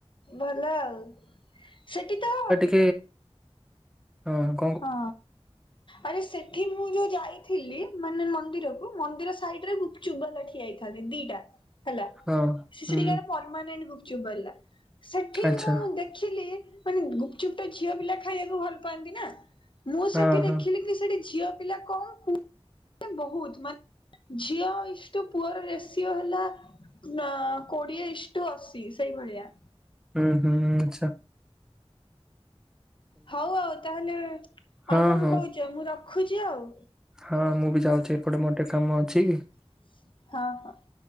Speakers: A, on the left; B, in the centre.
A: ଭଲ ଆଉ ସେଠି ତ
B: ଏ ହଁ।
A: ହଁ ଆରେ ସେଠି ମୁଁ ଯୋଉ ଯାଇଥିଲି ମାନେ ମନ୍ଦିରକୁ ମନ୍ଦିର ସାଇଡ୍ ରେ ଗୁପଚୁପ ବାଲା ଠିଆ ହେଇଥାନ୍ତି ଦିଟା ହେଲା
B: ହଁ
A: ସିଏ
B: ହୁଁ
A: ସେଠିକି ଆ ପର୍ମାନେଟ୍ ଗୁପଚୁପ ବାଲା ସେ
B: ଆଚ୍ଛା।
A: ଦେଖିଲି ମାନେ ଗୁପଚୁପ୍ ଟା ଝିଅ ପିଲା ଖାଇବାକୁ ଭଲ ପାଆନ୍ତି ନା ମୁଁ ସେଠି
B: ହଁ
A: ଦେଖିଲି
B: ହଁ।
A: କି ସେଠି ଝିଅ ପିଲା କମ ପୁଅ ବହୁତ ମାନେ ଝିଅ ଇଷ୍ଟୁ ପୁଅର ରେଷିଓ ହେଲା ନ କୋଡିଏ ଇଷ୍ଟୁ ଅଶି ସେଇଭଳିଆ।
B: ହୁଁ ହୁଁ ଆଛା।
A: ହଉ ଆଉ ତାହେଲେ ଆଉ
B: ହଁ
A: କଣ
B: ହଁ
A: କହୁଚ ମୁଁ ରଖୁଚି ଆଉ।
B: ହଁ ମୁଁ ବି ଯାଉଚି ଏପଟେ ମୋର ଟିକେ କାମ ଅଛି।
A: ହଁ।